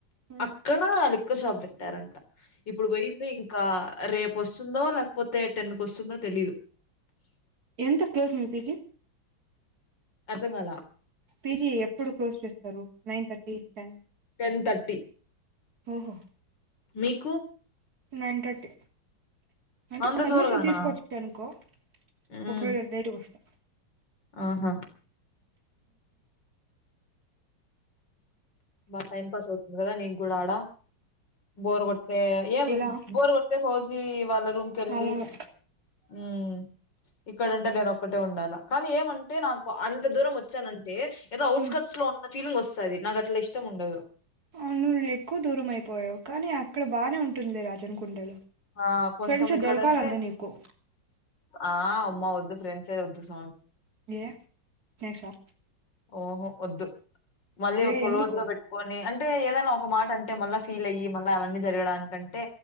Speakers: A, on the right; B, on the left.
A: ఉమ్
B: అక్కడ లిక్కర్ షాప్ పెట్టారంట ఇప్పుడు పోయింది ఇంకా రేపు వస్తుందో లేకపోతే టెన్ కి వస్తుందో తెలీదు
A: ఎంత కేజీ పిజి
B: అర్ధం కాల
A: పీజీ ఎప్పుడు క్లోజ్ చేస్తారు nine thirty ten
B: ten thirty
A: ఓహో
B: మీకు
A: నైన్ థర్టీ. అంటే
B: అంత
A: పర్మిషన్
B: త్వరగానా?
A: తీసుకోవచ్చ అనుకో
B: హ్మ్.
A: ఒకవేళ లేటుగా వస్తే
B: ఆహా బాగా టైం పాస్ అవుతుంది కదా నీకు కూడా ఆడా బోర్ కొట్ ఏం
A: ఎలా
B: బోర్ కొతే ఫౌజీ వాళ్ళ రూమ్ కి వెళ్ళి
A: అవును
B: ఉ ఇక్కడంటే నేను ఒక్కటే ఉండాల కానీ ఏమంటే నాకు అంత దూరం వచ్చానం టే ఏదో ఔట్స్కట్స్
A: ఉమ్
B: లో ఉన్న ఫీలింగ్ వస్తది నాకు అట్లా ఇష్టం ఉండదు
A: అవును నువ్వు ఎక్కువ దూరం అయిపోయావు కానీ అక్కడ బాగానే ఉంటుంది రాజను కుండలో
B: ఆ కొంచెం
A: ఫ్రెండ్స్
B: ఇక్కడంటే
A: దొరకాల అంటే నీకు
B: ఆ ఆమ్మో ఒద్దు ఫ్రెండ్స్ ఏ వద్దు స్వామి
A: ఏ ఫ్రెష్ హ
B: ఓహో వద్దు మళ్ళీ
A: ఏ
B: ఒక
A: ఎందుకు
B: లోజ్ గా పెట్టుకొని అన్ అంటే ఏదన్నా ఒక మాట అంటే మళ్ళీ ఫీల్ అయ్యి మళ్ళీ అవన్నీ జరగడానికంటే